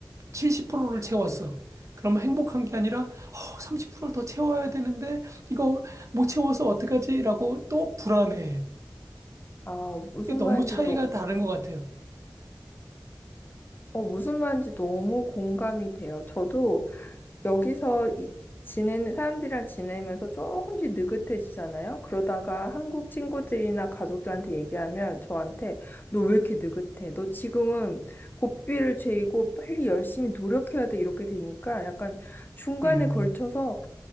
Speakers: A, on the right (about 45°); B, on the left (about 25°).
A: 70%를 채웠어. 그러면 행복한 게 아니라 어, 30%를 더 채워야 되는데 이거 못 채워서 어떡하지라고 또 불안해.
B: 아, 무슨
A: 이게 너무
B: 말인지
A: 차이가
B: 너,
A: 다른 것 같아요.
B: 어, 무슨 말인지 너무 공감이 돼요. 저도 여기서 이, 지내는 사람들이랑 지내면서 조금씩 느긋해지잖아요. 그러다가 한국 친구들이나 가족들한테 얘기하면 저한테 너 왜 이렇게 느긋해? 너 지금은 고삐를 죄이고 빨리 열심히 노력해야 돼. 이렇게 되니까 약간 중간에
A: 음,
B: 걸쳐서